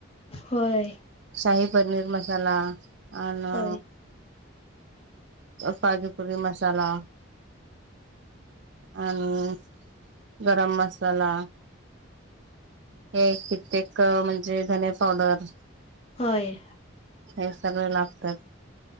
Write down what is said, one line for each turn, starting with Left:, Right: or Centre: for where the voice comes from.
Left: होय
Right: शाही पनीर मसाला आणि
Left: होय
Right: पाजुकरी मसाला आणि गरम मसाला हे कित्येक म्हणजे धने पावडर
Left: होय
Right: हे सगळे लागतात